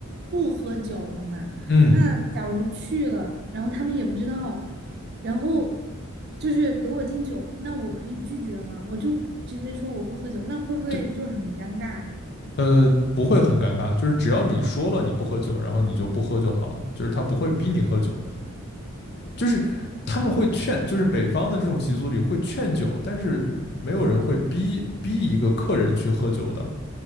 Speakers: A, on the right; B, on the left.
A: 不喝酒的嘛，
B: 嗯，
A: 那假如去了，然后他们也不知道，然后就是给我敬酒，那我可以拒绝吗？我就直接说我不喝酒，那会不会就是很尴尬呀？
B: 对，呃，不会很尴尬，就是只要你说了你不喝酒，然后你就不喝就好了，就是他不会逼你喝酒，就是他们会劝，就是北方的这种习俗里会劝酒，但是没有人会逼逼一个客人去喝酒的。